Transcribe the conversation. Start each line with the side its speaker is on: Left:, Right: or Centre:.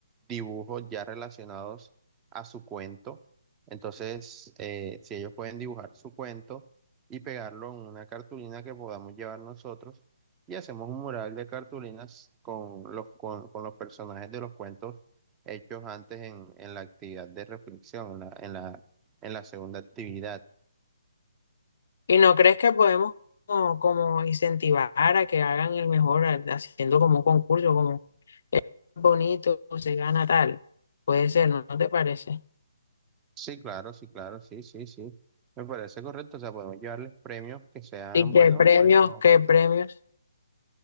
Right: dibujos ya relacionados a su cuento. Entonces, eh, si ellos pueden dibujar su cuento y pegarlo en una cartulina que podamos llevar nosotros, y hacemos un mural de cartulinas con los, con, con los personajes de los cuentos hechos antes en, en la actividad de reflexión, en la, en la, en la segunda actividad.
Left: ¿Y no crees que podemos como, como incentivar a que hagan el mejor a- haciendo como un concurso, como "Eh, bonito, se gana tal? Puede ser, ¿no ¿No te parece?
Right: Sí, claro, sí, claro, sí, sí, sí. Me parece correcto. O sea, podemos llevarles premios que sean
Left: ¿Y qué
Right: buenos,
Left: premios?
Right: por ejemplo.
Left: ¿Qué premios?